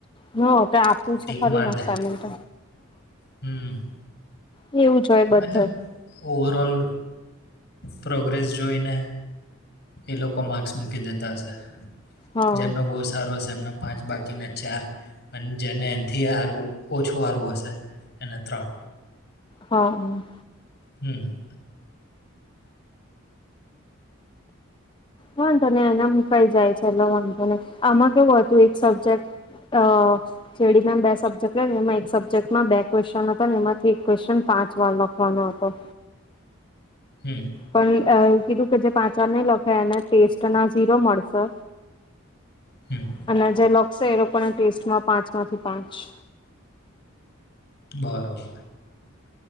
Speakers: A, on the left (about 25°); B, on the left (about 50°).
A: હ તે આપ્યુ
B: ટીક
A: છે ખરી
B: માર
A: ન
B: દે
A: સામે હ.
B: હમ.
A: એવું જ. બધે
B: મતલબ ઓવરઓલ. પ્રોગ્રેસ જોઈને એ લોકો માર્ક્સ મૂકી દેતા હશે.
A: હા
B: જેમનો બહુ સારો હશે એમનો પાંચ બાકીને ચાર અન જેને એનથી હારું ઓછું હારું હશે એને ત્રણ.
A: હા હમ.
B: હમ.
A: વાંધો નઇ એનામા મુકાઈ જાય છે એટલે વાંધો નય આમાં કેવું હતું એક સબ્જેક્ટ અ ચેડીના બે સબ્જેક્ટ લયને એમાં એક સબ્જેક્ટમાં બે ક્વેશ્ચન હતાને એમાંથી એક ક્વેશ્વન પાંચ વાર લખવાનો હતો.
B: હમ્મ.
A: પણ અ એવું કીધું કે જે પાચ વાર નય લખે એને ટેસ્ટ ના ઝીરો મળશે.
B: હમ
A: ત અને જે લખશે એ લોકોને ટેસ્ટમાં પાંચ માંથી પાંચ.
B: બરોબર.